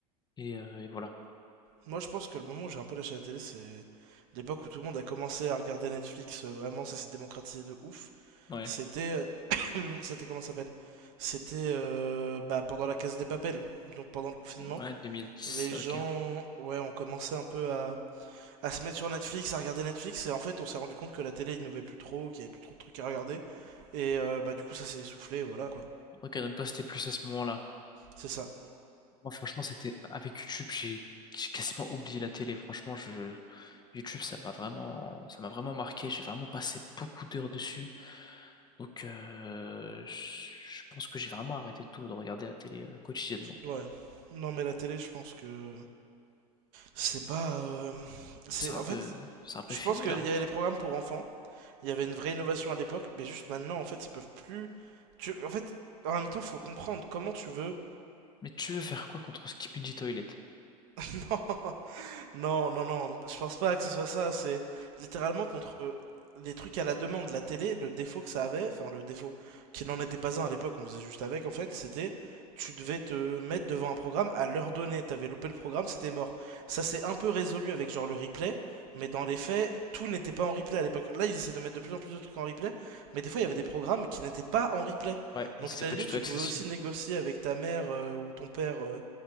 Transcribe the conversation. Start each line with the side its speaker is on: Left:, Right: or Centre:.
Left: et, euh, et voilà.
Right: Moi, je pense que le moment où j'ai un peu lâché la télé, c'est l'époque où tout le monde a commencé à regarder Netflix, euh, vraiment, ça s'est démocratisé de ouf.
Left: Ouais,
Right: C'était... <coughs> euh, <clears throat> C'était comment ça s'appelle? C'était euh, bah, pendant la Casa des Papel, donc pendant le confinement.
Left: ouais, 2010,
Right: Les
Left: ok.
Right: gens, ouais, ont commencé un peu à, à se mettre sur Netflix, à regarder Netflix, et en fait, on s'est rendu compte que la télé innovait plus trop, qu'il y avait plus trop de trucs à regarder, et euh, bah, du coup, ça s'est essoufflé, voilà quoi.
Left: Ok, donc toi, c'était plus à ce moment-là.
Right: C'est ça.
Left: Moi, franchement, c'était avec YouTube, j'ai j'ai quasiment oublié la télé. Franchement, je, YouTube, ça m'a vraiment, ça m'a vraiment marqué. J'ai vraiment passé beaucoup d'heures dessus. Donc, euh, je je pense que j'ai vraiment arrêté tout de regarder la télé euh, quotidiennement.
Right: Ouais. Non, mais la télé, je pense que c'est pas. euh, C'est
Left: C'est un
Right: en
Left: peu,
Right: fait,
Left: c'est un peu
Right: je
Left: fini
Right: pense qu'il
Left: là.
Right: y
Left: hein.
Right: avait les programmes pour enfants. Il y avait une vraie innovation à l'époque, mais juste maintenant, en fait, ils peuvent plus. Tu... En fait, en même temps, faut comprendre comment tu veux.
Left: Mais tu veux faire quoi contre Skibidi Toilet?
Right: <laughs> Non. Non, non, non, je pense pas que ce soit ça. C'est littéralement contre des trucs à la demande. La télé, le défaut que ça avait, enfin le défaut qui n'en était pas un à l'époque, on faisait juste avec en fait, c'était tu devais te mettre devant un programme à l'heure donnée. T'avais loupé le programme, c'était mort. Ça s'est un peu résolu avec genre le replay, mais dans les faits, tout n'était pas en replay à l'époque. Là, ils essaient de mettre de plus en plus de trucs en replay, mais des fois, il y avait des programmes qui n'étaient pas en replay.
Left: Ouais, il
Right: Donc
Left: c'est
Right: à la
Left: pas
Right: limite,
Left: du tout
Right: tu
Left: accessible.
Right: pouvais aussi négocier avec ta mère euh, ou ton père euh,